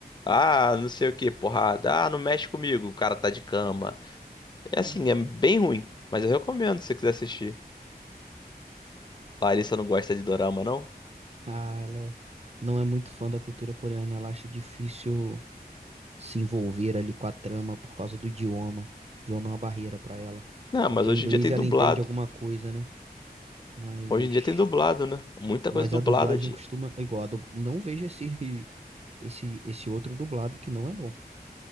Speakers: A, on the left; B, on the right.
A: Ah, não sei o que, porrada. Ah, não mexe comigo, o cara tá de cama. É
B: Hum.
A: assim, é bem ruim, mas eu recomendo se você quiser assistir. Larissa não gosta de dorama, não?
B: Ah, ela não é muito fã da cultura coreana, ela acha difícil se envolver ali com a trama por causa do idioma. O idioma é uma barreira pra ela,
A: Não,
B: porque
A: mas hoje
B: em inglês
A: em dia tem
B: ela
A: dublado.
B: entende alguma coisa, né? Mas
A: Hoje em dia tem dublado, né? Muita
B: mas
A: coisa dublada
B: a dublagem
A: de.
B: costuma igual, a dub- não vejo esse <laughs> esse esse outro dublado que não é bom.